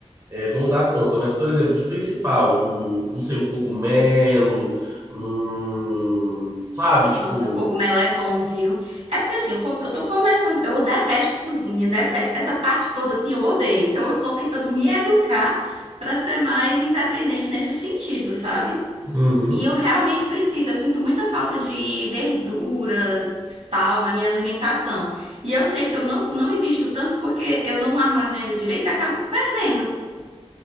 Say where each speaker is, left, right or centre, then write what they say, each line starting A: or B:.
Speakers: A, on the right; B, on the right.
A: é, vão dar conta. Mas, por exemplo, de principal, um, não sei, um cogumelo, um, sabe, tipo.
B: Nossa, cogumelo é bom, viu? É porque assim, eu, co- eu tô começando. Eu detesto cozinha, detesto. Essa parte toda, assim, eu odeio. Então, eu tô tentando me educar pra ser mais independente nesse sentido, sabe?
A: Uhum.
B: E eu realmente preciso. Eu sinto muita falta de verduras, tal, na minha alimentação. E eu sei que eu não, não invisto tanto porque eu não armazeno direito e acabo perdendo.